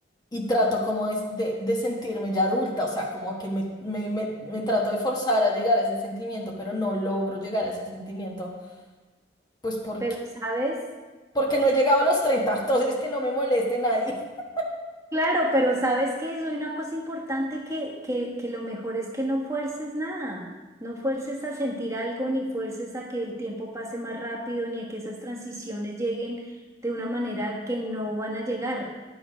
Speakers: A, on the left; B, on the right.
A: y trato como de, de- de sentirme ya adulta, o sea, como que me, me, me, me trato de forzar a llegar a ese sentimiento, pero no logro llegar a ese sentimiento, pues porque
B: Pero sabes,
A: porque no he llegado a los 30, entonces que no me moleste nadie. <laughs>
B: claro, pero sabes que hay una cosa importante que, que, que lo mejor es que no fuerces nada, no fuerces a sentir algo, ni fuerces a que el tiempo pase más rápido, ni a que esas transiciones lleguen de una manera que no van a llegar,